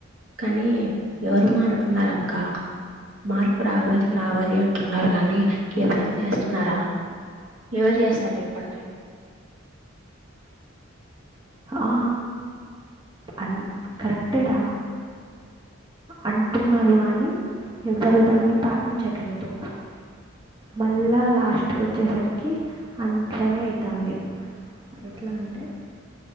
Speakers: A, on the right; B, on the right.
A: కానీ ఎవరు మారుతున్నారు అక్క మార్పు రావాలి రావాలి అంటున్నారు కానీ, ఎవరేం చేస్తున్నారా ఎవరు చేస్తారు చెప్పండి.
B: ఆ అం కరెక్టెరా అంటున్నారు కానీ ఎవరు దాన్ని పాటించట్లేదు, మళ్ళా లాస్ట్ కి వచ్చేసరికి అట్నే అవుతుంది, ఎట్లా అంటే